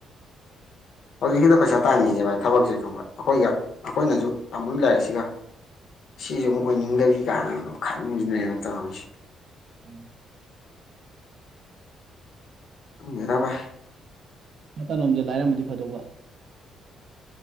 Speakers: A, on the left; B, on the right.
A: ꯎ ꯍꯧꯖꯤꯛꯁꯤꯗ ꯄꯩꯁꯥ ꯇꯥꯟꯈꯤꯁꯦ ꯚꯥꯏ ꯊꯕꯛꯁꯦ ꯈꯪꯕ ꯑꯩꯈꯣꯏꯒ ꯑꯩꯈꯣꯏꯅꯁꯨ ꯇꯝꯝꯕ ꯂꯥꯏꯔꯤꯛꯁꯦ ꯁꯤꯒ ꯁꯤꯁꯨ ꯑꯃꯨ ꯑꯣꯏꯅꯤꯡꯗꯕꯤ ꯀꯥꯏꯅꯒ ꯑꯗꯨꯝ ꯈꯟꯁꯤ ꯂꯩꯅ ꯇꯧ ꯍꯧꯣꯏꯁ
B: ꯎꯝ
A: ꯑꯔꯕ
B: ꯁꯥ ꯇꯥꯅꯣꯝꯁꯦ ꯂꯥꯏꯔꯝꯃꯗꯤ ꯐꯗꯧꯕ